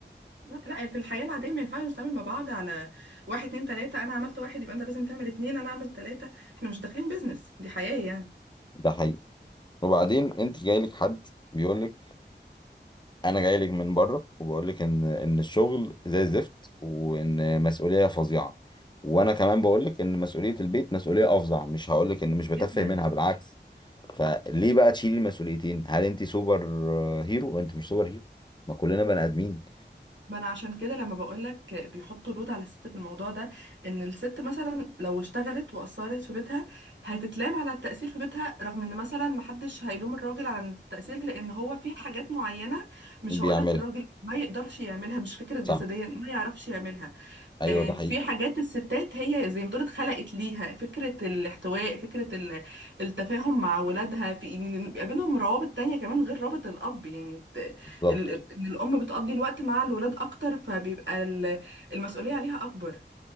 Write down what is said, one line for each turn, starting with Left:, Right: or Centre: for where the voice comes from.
Right: لا لا، يعني في الحياه العاديه ما ينفعش نتعامل مع بعض على واحد اتنين تلاته انا عملت واحد يبقى انت لازم تعمل اتنين انا عملت تلاته احنا مش داخلين بيزنس دي حياه يعني
Left: ده حقيقي وبعدين انت جاي لك حد بيقول انا جاي لك من بره وبقول لك ان ان الشغل زي الزفت وان مسؤوليه فظيعه وانا كمان بقول لك ان مسؤوليه البيت مسؤوليه افظع مش هقول لك ان مش بتفه
Right: جدا
Left: منها بالعكس فليه بقى تشيلي المسؤوليتين هل انت سوبر هيرو وانت مش سوبر هيرو ما كلنا بني ادمين
Right: ما انا عشان كده لما بقولك بيحطوا لود على الست في الموضوع ده ان الست مثلا لو اشتغلت وقصرت في بيتها هتتلام على التأثير في بيتها رغم ان مثلا محدش هيلوم الراجل على التأثير لان هو في حاجات معينة مش
Left: بيعملها
Right: هقولك الراجل ما يقدرش يعملها مش فكرة جسديا
Left: صح
Right: ما يعرفش يعملها
Left: ايوه
Right: آه،
Left: ده
Right: في
Left: حقيقي
Right: حاجات الستات هي زي ما تقول اتخلقت ليها فكرة الاحتواء فكرة ال- التفاهم مع ولادها في ان يبقى بينهم روابط تانية كمان غير رابط الأب يعني الت-
Left: بالظبط
Right: ال- ان الأم بتقضي الوقت مع الولاد أكتر فبيبقى ال- المسؤولية عليها أكبر